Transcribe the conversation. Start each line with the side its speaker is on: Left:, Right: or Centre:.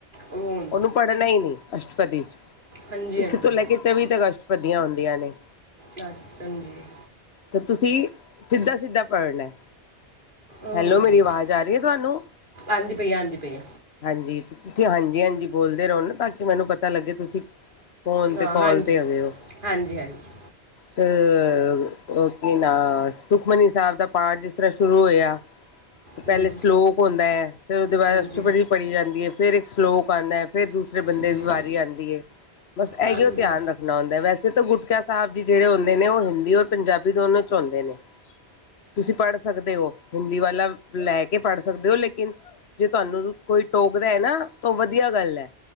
Right: ਹੁਣ
Left: ਉਹਨੂੰ ਪੜ੍ਹਨਾ ਈ ਨੀ ਅਸ਼ਟਪਦੀ,
Right: ਹਾਂਜੀ ਹਾਂਜੀ
Left: ਇੱਕ ਤੋਂ ਲੈ ਕੇ ਚੌਵੀ ਤੱਕ ਅਸ਼ਟਪਦੀਆਂ ਹੁੰਦੀਆਂ ਨੇ।
Right: ਦਾਤਨ ਜੀ।
Left: ਤੇ ਤੁਸੀਂ ਸਿੱਧਾ-ਸਿੱਧਾ ਪੜ੍ਹਨੇ,
Right: ਅਹ,
Left: ਹੈਲੋ ਮੇਰੀ ਆਵਾਜ਼ ਆ ਰੀ ਐ ਤੁਹਾਨੂੰ?
Right: ਆਂਦੀ ਪਈ ਆਂਦੀ ਪਈ।
Left: ਹਾਂਜੀ ਤੁਸੀਂ ਹਾਂਜੀ ਹਾਂਜੀ ਬੋਲਦੇ ਰਹੋ ਨਾ ਤਾਂ ਕਿ ਮੈਨੂੰ ਪਤਾ ਲੱਗੇ ਤੁਸੀਂ- ਫੋਨ
Right: ਹਾਂ,
Left: ਤੇ ਕਾਲ
Right: ਹਾਂਜੀ
Left: ਤੇ ਹੈਗੇ ਏ ਹੋ।
Right: ਹਾਂਜੀ ਹਾਂਜੀ
Left: ਤੇ ਉਹ ਕੀ ਨਾ ਸੁਖਮਨੀ ਸਾਹਿਬ ਦਾ ਪਾਠ ਜਿਸ ਤਰ੍ਹਾਂ ਸ਼ੁਰੂ ਹੋਇਆ- <unintelligible>
Right: ਹਮ,
Left: ਪਹਿਲੇ ਸ਼ਲੋਕ ਹੁੰਦਾ ਐ ਫਿਰ ਉਹਦੇ ਬਾਅਦ
Right: ਹਾਂਜੀ
Left: ਅਸ਼ਟਪਧੀ ਪੜੀ ਜਾਂਦੀ ਐ, ਫਿਰ ਇੱਕ ਸਲੋਕ ਆਂਦਾ- ਫੇਰ ਦੂਸਰੇ ਬੰਦੇ
Right: ਹਾਂਜੀ
Left: ਦੀ ਵਾਰੀ ਆਂਦੀ ਏ, ਬਸ ਐ
Right: ਹਾਂਜੀ
Left: ਕਿ ਉਹ ਧਿਆਨ ਰੱਖ- ਨਾਂ ਔਂਦਾ ਵੈਸੇ ਤਾਂ ਗੁਟਕਾ ਸਾਹਿਬ ਜੀ ਜਿਹੜੇ ਹੁੰਦੇ ਨੇ ਉਹ ਹਿੰਦੀ ਔਰ ਪੰਜਾਬੀ ਦੋਨੋ ਹੁੰਦੇ ਨੇ। <unintelligible> ਤੁਸੀਂ ਪੜ੍ਹ ਸਕਦੇ ਹੋ, ਹਿੰਦੀ ਵਾਲਾ ਲੈ ਕੇ ਪੜ੍ਹ ਸਕਦੇ ਹੋ ਲੇਕਿਨ ਜੇ ਤੁਹਾਨੂੰ- ਕੋਈ ਟੋਕਦਾ ਹੈ ਨਾ ਤਾਂ ਵਧੀਆ ਗੱਲ ਐ,